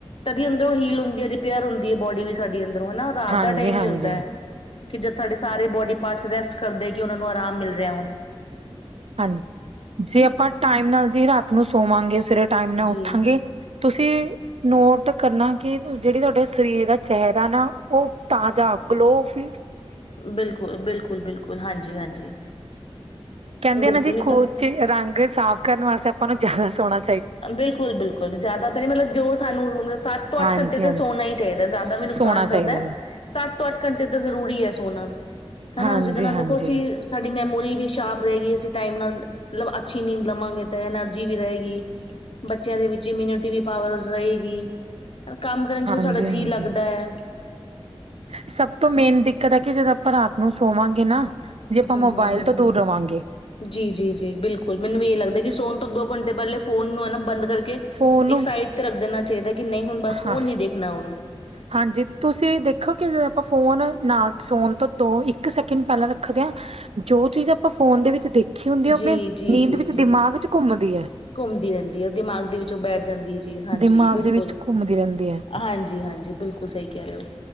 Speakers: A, on the left; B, on the right.
A: ਤਦੀ ਅੰਦਰੋਂ ਹੀਲ ਹੁੰਦੀ ਹੈ ਰਿਪੇਅਰ ਹੁੰਦੀ ਹੈ ਬੋਡੀ ਵੀ ਸਾਡੀ ਅੰਦਰੋਂ ਹਨਾ ਰਾਤ
B: ਹਾਂਜੀ
A: ਦਾ ਟਾਈਮ
B: ਹਾਂਜੀ
A: ਹੀ ਹੁੰਦਾ ਹੈ ਕਿ ਜਦ ਸਾਡੇ ਸਾਰੇ ਬੋਡੀ ਪਾਰਟਸ ਰੈਸਟ ਕਰਦੇ ਕਿ ਉਹਨਾਂ ਨੂੰ ਆਰਾਮ ਮਿਲ ਰਿਹਾ ਹੁਣ।
B: ਹਾਂਜੀ, ਜੇ
A: ਹਨਾ
B: ਆਪਾਂ ਟਾਈਮ ਨਾਲ ਜੀ ਰਾਤ ਨੂੰ ਸੋਵਾਂਗੇ ਸਵੇਰੇ ਟਾਈਮ ਨਾਲ
A: ਜੀ
B: ਉੱਠਾਂਗੇ। ਤੁਸੀਂ ਨੋਟ ਕਰਨਾ ਕਿ ਜਿਹੜੀ ਤੁਹਾਡੇ ਸਰੀਰ ਦਾ ਚਿਹਰਾ ਨਾ ਉਹ ਤਾਜ਼ਾ ਗਲੋ ਫ
A: ਬਿਲਕੁਲ, ਬਿਲਕੁਲ, ਬਿਲਕੁਲ ਹਾਂਜੀ, ਹਾਂਜੀ।
B: ਕਹਿੰਦੇ
A: ਬਿਲਕੁਲ
B: ਆ ਨਾ ਜੀ
A: ਨਹੀਂ
B: ਖੋਚ
A: ਤਾਂ
B: ਰੰਗ ਸਾਫ਼ ਕਰਨ ਵਾਸਤੇ ਆਪਾਂ ਨੂੰ ਜ਼ਿਆਦਾ ਸੋਹਣਾ
A: ਬਿਲਕੁਲ, ਬਿਲਕੁਲ ਜਿਆਦਾ ਤਾਂ ਨੀ ਮਤਲਬ ਜੋ ਸਾਨੂੰ <unintelligible> ਸੱਤ ਤੋਂ
B: ਹਾਂਜੀ
A: ਅੱਠ ਘੰਟੇ ਤੇ
B: ਹਾਂਜੀ
A: ਸੋਨਾ ਹੀ ਚਾਹੀਦਾ ਜ਼ਿਆਦਾ ਵੀ ਨੁਕਸਾਨ
B: ਸੋਣਾ
A: ਕਰਦਾ
B: ਚਾਹੀਦਾ
A: ਹੈ।
B: ਜੀ।
A: ਸੱਤ ਤੋਂ ਅੱਠ ਘੰਟੇ ਤਾਂ ਜ਼ਰੂਰੀ ਹੈ ਸੋਨਾ ਹਨਾ
B: ਹਾਂਜੀ
A: ਜਿਦੇ ਨਾਲ
B: ਹਾਂਜੀ
A: ਦੇਖੋ ਅਸੀਂ ਸਾਡੀ ਮੈਮੋਰੀ ਵੀ ਸ਼ਾਰਪ ਰਹੇਗੀ। ਅਸੀਂ ਟਾਈਮ ਨਾਲ ਅ ਮਤਲ ਅੱਛੀ ਨੀਂਦ ਲਵਾਂਗੇ ਤਾਂ ਐਨਰਜੀ ਵੀ ਰਹੇਗੀ। ਬੱਚਿਆਂ ਦੇ ਵਿੱਚ ਇਮਿਊਨਿਟੀ ਵੀ ਪਾਵਰਸ ਰਹੇਗੀ। ਔਰ ਕੰਮ ਕਰਨ ਚ
B: ਹਾਂਜੀ
A: ਵੀ ਸਾਡਾ ਜੀਅ
B: ਹਾਂਜੀ
A: ਲੱਗਦਾ ਐ।
B: ਸਭ ਤੋਂ ਮੇਨ ਦਿੱਕਤ ਆ ਕਿ ਜਦੋਂ ਆਪਾਂ ਰਾਤ ਨੂੰ ਸੋਵਾਂਗੇ ਨਾ। ਜੇ ਆਪਾਂ
A: ਹੂੰ,
B: ਮੋਬਾਇਲ
A: ਹੂੰ।
B: ਤੋਂ ਦੂਰ ਰਵਾਂਗੇ
A: ਜੀ ਜੀ ਜੀ, ਬਿਲਕੁਲ ਮੈਨੂੰ ਵੀ ਏਹ ਲੱਗਦਾ ਕਿ ਸੋਨ ਤੋਂ ਦੋ ਘੰਟੇ ਪਹਿਲੇ ਫੋਨ ਨੂੰ ਐ ਨਾ ਬੰਦ ਕਰਕੇ ਕੇ
B: ਫੋਨ ਨੂੰ
A: ਇੱਕ ਸਾਈਡ ਤੇ ਰੱਖ ਦੇਣਾ ਚਾਹੀਦਾ ਕਿ ਨਹੀਂ ਹੁਣ ਬਸ ਫੋਨ
B: ਹਾਂ
A: ਨੀ ਦੇਖਣਾ ਹੁਣ।
B: ਹਾਂਜੀ! ਤੁਸੀਂ ਦੇਖੋ ਕਿ ਜ਼ੇ ਆਪਾਂ ਫੋਨ ਨਾਲ ਸੌਣ ਤੋਂ ਦੋ, ਇੱਕ ਸੈਕਿੰਡ ਪਹਿਲਾਂ ਰੱਖਦੇ ਹਾਂ। ਜੋ ਚੀਜ਼ ਆਪਾਂ ਫੋਨ ਦੇ ਵਿੱਚ ਦੇਖੀ ਹੁੰਦੀ
A: ਜੀ,
B: ਐ ਓਹ ਆਪਨੇ
A: ਜੀ,
B: ਨੀਂਦ
A: ਜੀ,
B: ਵਿੱਚ
A: ਜੀ।
B: ਦਿਮਾਗ ਚ ਘੁੰਮਦੀ ਐ।
A: ਘੁੰਮਦੀ ਰਹਿੰਦੀ ਏ ਉਹ ਦਿਮਾਗ ਦੇ ਵਿੱਚ ਉਹ ਬੈਠ ਜਾਂਦੀ ਐ ਚੀਜ਼ ਹਾਂਜੀ,
B: ਦਿਮਾਗ
A: ਬਿਲਕੁਲ।
B: ਦੇ ਵਿੱਚ ਘੁੰਮਦੀ ਰਹਿੰਦੀ ਹੈ
A: ਹਾਂਜੀ ਹਾਂਜੀ, ਬਿਲਕੁਲ ਸਹੀ ਕਹਿ ਰੇ ਔ।